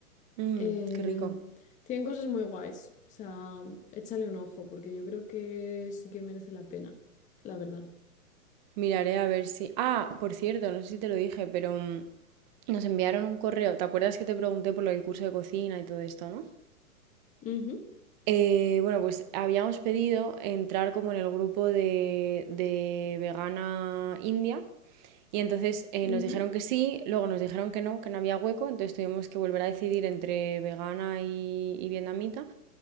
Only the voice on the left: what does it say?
em,
tienen cosas muy guays, o sea, échale un ojo, porque yo creo que sí que merece la pena, la verdad.
Ujú,
ujú,